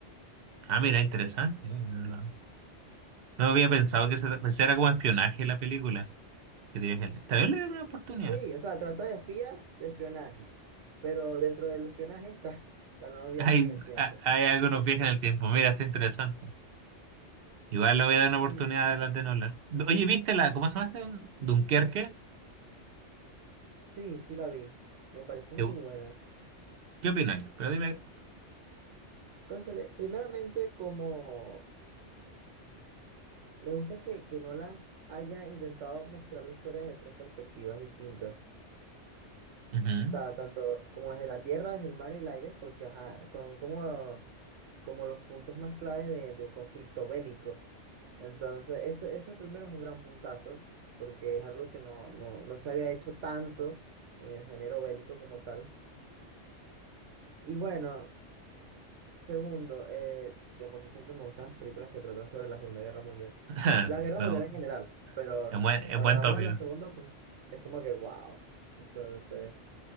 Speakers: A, on the right (about 55°); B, on the right (about 85°).
A: Ah, mira, interesante. Eh, No la- no había pensado
B: ¿sí?
A: que se, pues era como espionaje la película. Sí, dije, Esta vez le doy una oportunidad.
B: Sí, o sea, trata de espías, de espionaje, pero dentro del espionaje está, <laughs> están los viajes
A: Hay,
B: en el tiempo.
A: hay algo nos viaja en el tiempo. Mira, está interesante. Igual le voy a dar una
B: Sí,
A: oportunidad a las de Nolan. Oye, ¿viste la, cómo se llama este? Dunkerque.
B: sí, sí la vi, me parece
A: ¿Qué,
B: muy buena.
A: qué opináis? Pero dime.
B: Cónchale, primeramente como me gusta que, que Nolan haya intentado mostrar la historia desde tres perspectivas distintas.
A: Ujú.
B: O sea, tanto como desde la tierra, desde el mar y el aire, porque ajá, son como, como los puntos más claves de, de un conflicto bélico. Entonces, eso, ese primero es un gran puntazo, porque es algo que no, no, no se había hecho tanto en el género bélico como tal. Y bueno, segundo, eh, de por sí siempre me gustan las películas que tratan sobre la Segunda Guerra Mundial.
A: <laughs>
B: La
A: Sí,
B: Guerra
A: no,
B: Mundial en general, pero
A: es buen, es
B: cuando
A: buen
B: hablamos
A: tópico.
B: de la Segunda, pues es como que, wow. Entonces,